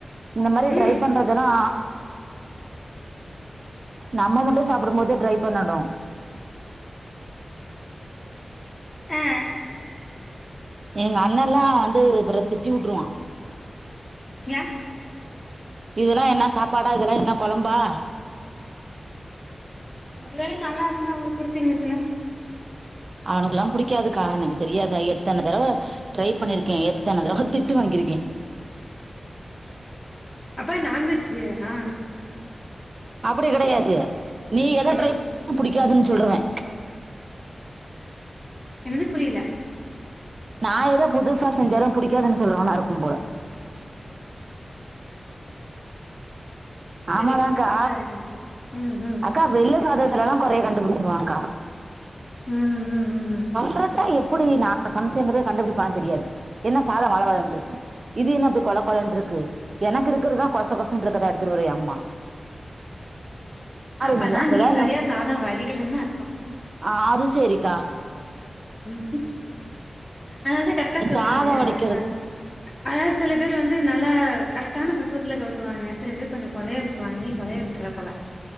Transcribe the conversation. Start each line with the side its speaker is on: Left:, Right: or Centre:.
Right: இந்த மாரி ட்ரை
Left: ம்
Right: பண்ற இதெல்லா நம்ம மட்டு சாப்டும் போது ட்ரை பண்ணணு
Left: ஆ
Right: எங்க அண்ணண்லா வந்து அப்பறோ திட்டி உட்ருவா
Left: யா
Right: இதெல்லா என்ன சாப்பாடா இதெல்லா என்ன கொழம்பா
Left: ஒரு வேல நல்லா இருந்தா அவரு புடிச்சிருந்துச்சினா
Right: அவனுக்குல்லா புடிக்காதுக்கா எனக்கு தெரியாத எத்தன தடவ ட்ரை பண்ணிருக்கே எத்தன தடவ திட்டு வாங்கிருக்கே
Left: அப்ப நான்வெஜ் பிரியறா
Right: அப்டி கெடையாது நீ எத
Left: ம்
Right: ட்ரை புடிக்காதுன்னு சொல்றுவே
Left: என்னது புரியல
Right: நா எதோ புதுசா செஞ்சாதா புடிக்காதுன்னு சொல்றவனா இருக்கும் போல
Left: ம்
Right: ஆமாதாக்கா
Left: சரி அப்டிதா இருக்கணு ம் ம்
Right: அக்கா வெள்ள சாதத்துலல்லா கொறைய கண்டுபுடிச்சிருவாங்க்கா
Left: ம் ம் ம்
Right: கரெட்டா எப் ப்புடி நா சமச்சேங்கற கண்டுபிடிப்பான்னு தெரியாது என்ன சாதோ வழ வழன்றுக்கு இது என்ன அப்டி கொழ கொழன்ருக்கு எனக்கு இருக்கறதுதா கொச கொசன்ருக்குதாட்ட த்துருவர்யம்மா
Left: அப்பனா
Right: நீங்க அப்பதா
Left: நீ சரியா சாதோ வடிகலன்னு அர்த்தோ
Right: ஆது சேரிக்கா
Left: ம் அதனாலதா கரெக்டா
Right: இந்த
Left: சொல்றாங்க
Right: சாதம் வடிக்கிறது
Left: உனக்கு வா அதா சில பேர் வந்து நல்லா கரெக்டான பக்குவத்துல கவுத்துவாங்க சில பேர் கொஞ்சோ கொழைய விட்ருவாங்க நீ கொழய விட்ருவ போல